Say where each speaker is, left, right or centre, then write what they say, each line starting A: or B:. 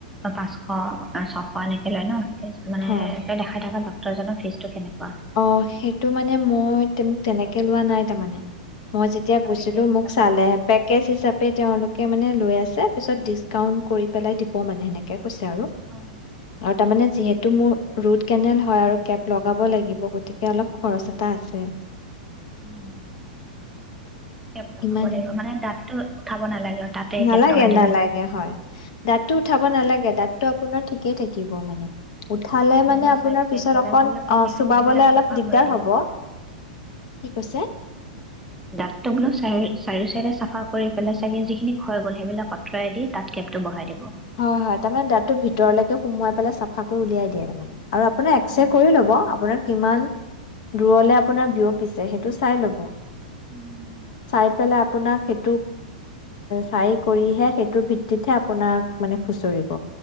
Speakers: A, in the centre; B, on the left.
A: পাঁচশ ছশ এনেকে লয় ন মানে
B: হয়
A: তই দেখাই থাককা ড জনৰ ফিজটো কেনেকোৱা
B: অ সেইটো মানে মই মোক তেনেকে লোৱা নাই তাৰমানে মই যেতিয়া
A: আচ্ছা
B: গৈছিলো
A: পেকেজ হিচাপে
B: মোক চালে
A: হৈছে ন।
B: পেকেজ হিচাপে তেওঁলোকে মানে লৈ আছে ত পিছত ডিছকাউণ্ট কৰি পেলাই দিব মানে সেনেকে কৈছে আৰু
A: অ
B: আৰু তাৰমানে যিহেতু মোৰ ৰুট কেনেল হয় আৰু কেব লগাব লাগিব গতিকে অলপ খৰচ এটা আছে।
A: উম কেব লগাব
B: ইমানে।
A: লাগিব মানে দাঁটো খাব নালাগে আৰু তাতে
B: নালাগে
A: কেপ লগাই দিব
B: নালাগে হয় দাঁতটো উঠাব নালাগে দাতটো আপোনাৰ ঠিকেই থাকিব মানে উঠালে
A: মানে
B: আপোনাৰ
A: চাইড চাইড
B: পিছত
A: বিলাক
B: অকণ
A: যিবিলাক পোকে
B: অ
A: খাইছে
B: চোবাবলে
A: সেইবিলাক
B: অলপ
A: চাফা
B: দিগদাৰ
A: কৰি দিব
B: হব। কি কৈছে?
A: দাটটো বোলো চাইদ চাইদ চাই চাফা চাফা কৰি পেলাই চাগে যিখিনি খাই গ'ল সেইবিলাক আঁতৰাই দি তাত কেবটো বহাই দিব
B: হয় হয় তাৰমানে দাঁতটো ভিতৰলৈকে সোমোৱাই পেলাই চাফা কৰি উলিয়াই দিয়ে তাৰ মানে আৰু আপুনি
A: উম
B: এক্স ৰে কৰি ল'ব আপোনাক কিমান দূৰলে আপোনাৰ বিয়পিছে সেইটো চাই ল'ব
A: উম
B: চাই পেলাই আপোনাক সেইটো চাই কৰিহে সেইটো ভিত্তিতহে আপোনাৰ মানে খুচৰিব।